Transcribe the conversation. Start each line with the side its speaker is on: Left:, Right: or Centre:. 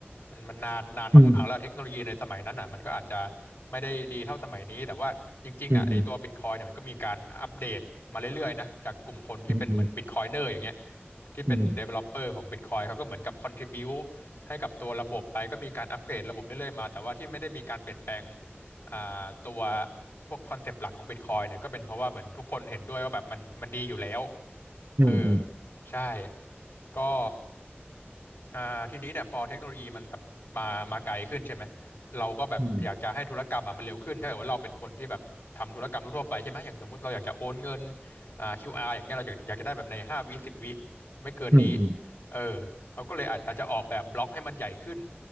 Left: มันมันนานนานมากๆแล้วเทคโนโลยีในสมัยนั้นอ่ะมันก็อาจจะ
Right: อืม
Left: ไม่ได้ดีเท่าสมัยนี้แต่ว่าจริงๆอ่ะไอตัวบิตคอยเนี่ยมันก็มีการอัปเดตมาเรื่อยๆนะจากกลุ่มคนที่เป็นเหมือนบิตคอยเนอร์อย่างเงี้ย
Right: อืมอืม
Left: ที่เป็น
Right: อืม
Left: developer ของ Bitcoin เขาก็เหมือนกับ contribute ให้กับตัวระบบไปก็มีการอัปเกรดระบบเรื่อยๆมาแต่ว่าที่ไม่ได้มีการเปลี่ยนแปลง อ่าตัวพวกคอนเซปต์หลักของ Bitcoin เนี่ยก็เป็นเพราะว่าเหมือนทุกคนเห็นด้วยว่าแบบมันมันดีอยู่แล้ว
Right: อืมอืม
Left: เออใช่ก็อ่าทีนี้เนี่ยพอเทคโนโลยีมันแบบมามาไกลขึ้นใช่ไหม เราก็แบบอยากจะให้ธุรกรรมอ่ะมันเร็วขึ้นถ้าเกิดว่าเราเป็นคนที่แบบทำธุรกรรมทั่วๆไปใช่ไหมอย่างสมมติเราอยากจะโอนเงิน
Right: อืม
Left: อ่า QR อาร์อย่างเงี้ยเราอยากอยากจะได้แบบในห้าวิสิบวิไม่เกินนี้
Right: อืมอืม
Left: เออเขาก็เลยอาจอาจจะออกแบบบล็อกให้มันใหญ่ขึ้น